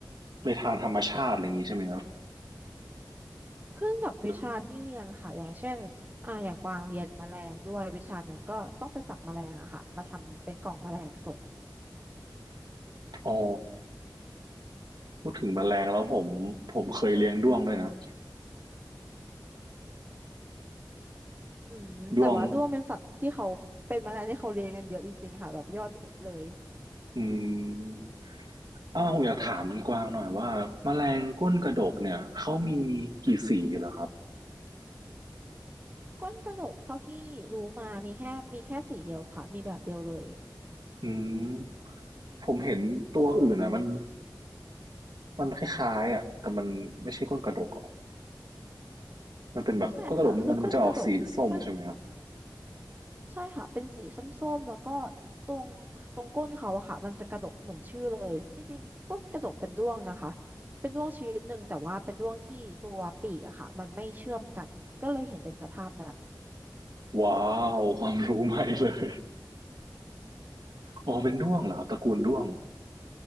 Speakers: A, on the right; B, on the right.
A: ในทางธรรมชาติอะไรอย่างนี้ใช่ไหมครับ
B: ขึ้นกับวิชาที่เรียนค่ะอย่างเช่นอ่าอย่างกวางเรียนแมลงด้วยวิชาหนึ่งก็ต้องไปจับแมลงอะค่ะมาทำเป็นกล่องแมลงส่ง
A: หรืออ๋อพูดถึงแมลงแล้วผมผมเคยเลี้ยงด้วงด้วยนะ
B: อืมแต่ว่าด้วงเป็นสัตว์ที่เขาเป็นแมลงที่เขาเลี้ยงกันเยอะจริงๆค่ะแบบยอดฮิตเลย
A: ด้วงอืมอ้าวผมอยากถามคุณกวางหน่อยว่าแมลงก้นกระดกเนี่ยเขามีกี่สีเหรอครับ
B: ก้นกระหนกเท่าที่รู้มามีแค่มีแค่สีเดียวค่ะมีแบบเดียวเลย
A: อืมผมเห็นตัวอื่นอ่ะมันมันคล้ายๆอ่ะแต่มันไม่ใช่ก้นกระดกอ่ะมันเป็นแบบก้นกระดกมันมันจะออกสีส้มใช่ไหมครับ
B: ไม่ใช่ค่ะคือก้นกระดกก้นใช่ค่ะเป็นสีส้มๆแล้วก็ตรงตรงก้นเขาอะค่ะมันจะกระดกเหมือนชื่อเลยจริงๆก้นกระดกเป็นด้วงนะคะเป็นด้วงชนิดหนึ่งแต่ว่าเป็นด้วงที่ตัวปีกอะค่ะมันไม่เชื่อมกันก็เลยเห็นเป็นสภาพนั้น
A: ว้าวความรู้ใหม่เลย อ๋อเป็นด้วงเหรอครับตระกูลด้วง